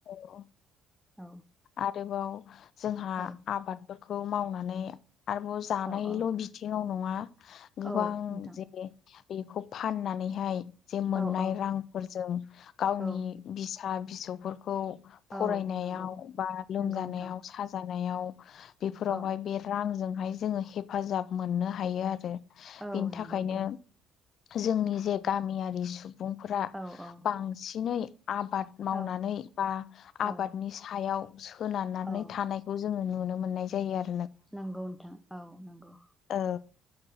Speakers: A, on the left; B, in the centre.
A: औ
B: औ
A: आरोबाव जोंहा
B: औ
A: आबादफोरखौ मावनानै आरोबाव जानायल'
B: औ औ
A: बिथिङाव नङा गोबां
B: औ नोंथां
A: जेरै बेखौ फाननानैहाय जे मोननाय
B: औ औ
A: रांफोरजों गावनि
B: औ
A: बिस सा फिसौफोरखौ फरायनायाव
B: औ नंगौ
A: बा लोमजानायाव
B: नंगौ नोंथां
A: साजानायाव बेफोरावहाय
B: औ
A: बे रांजोंहाय जोङो हेफाजाब मोननो हायो आरो
B: औ
A: बेनि
B: नंगौ
A: थाखायनो
B: नोंथां
A: जोंनि जे गामियारि सुबुंफोरा
B: औ औ
A: बांसिनै आबाद मावनानै
B: औ
A: बा
B: औ
A: आबादनि सायाव सोनारनानै
B: औ
A: थानायखौ जोङो नुनो मोननाय जायो आरो ‌
B: नंगौ नोंथां औ नंगौ
A: औ